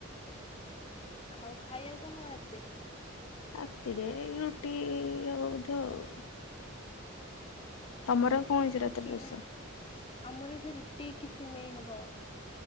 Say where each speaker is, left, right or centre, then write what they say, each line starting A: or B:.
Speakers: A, on the left; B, on the left.
A: ଆଉ ଖାଇବାକୁ କଣ ହବ ରାତିରେ?
B: ରାତିରେ ରୁଟି ହବ ବୋଧେ ଆଉ। ତମର କଣ ହେଇଛି
A: ରୁଟି
B: ରାତିରେ ରୋଷେଇ?
A: ନା? ଆମର ବି ସେ ରୁଟି କି ସିମେଇ ହବ।